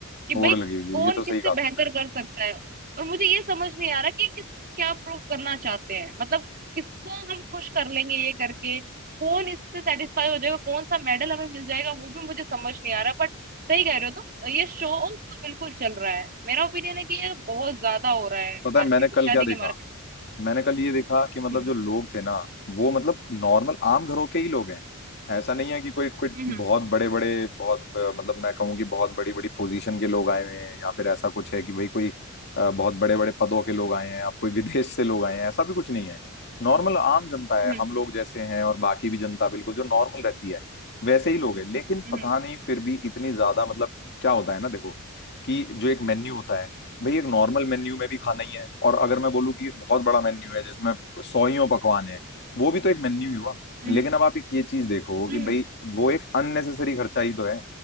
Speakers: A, on the right (about 40°); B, on the left (about 50°).
A: कि
B: होड़
A: भाई
B: लगी हुई है
A: कौन
B: ये तो
A: किससे
B: सही कहा
A: बेहतर
B: तुमने
A: कर सकता है और मुझे ये समझ नहीं आ रहा कि किसको क्या प्रूव करना चाहते हैं मतलब किसको हम खुश कर लेंगे ये करके कौन इससे सेटिस्फाई हो जाएगा कौन सा मेडल हमें मिल जाएगा वो भी मुझे समझ नहीं आ रहा बट सही कह रहे हो ये शो ऑफ तो बिल्कुल चल रहा है मेरा ओपिनियन है कि ये बहुत ज्यादा हो रहा है
B: पता
A: मार्केट
B: है मैंने
A: में
B: कल
A: शादी
B: क्या देखा
A: के मार्केट
B: मैंने कल ये देखा कि मतलब
A: में हम्म
B: जो लोग थे ना वो मतलब नॉर्मल आम घरों के ही लोग हैं ऐसा नहीं है कि कोई कोई
A: हम्म
B: बहुत बड़े बड़े बहुत अ, मतलब मैं कहूँ कि बहुत बड़ी बड़ी पोजीशन के लोग आए हुए हैं या फिर ऐसा कुछ है कि भाई कोई अ, बहुत बड़े बड़े पदों के लोग आए हैं या कोई विदेश से लोग आए हैं ऐसा भी कुछ नहीं है नॉर्मल आम जनता है
A: हम्म
B: हम लोग जैसे हैं और बाकी भी जनता बिल्कुल जो नॉर्मल रहती है वैसे ही लोग हैं लेकिन
A: हम्म
B: पता नहीं फिर भी इतनी ज्यादा मतलब क्या होता है ना देखो कि जो एक मेन्यू होता है भाई एक नॉर्मल मेन्यू में भी खाना ही है और अगर मैं बोलूँ कि एक बहुत बड़ा मेन्यू है जिसमें सौ ही पकवान है वो भी तो एक मेन्यू ही हुआ
A: हम्म
B: लेकिन अब आप एक ये चीज देखो
A: हम्म
B: कि भाई वो एक अननेसेसरी खर्चा ही तो है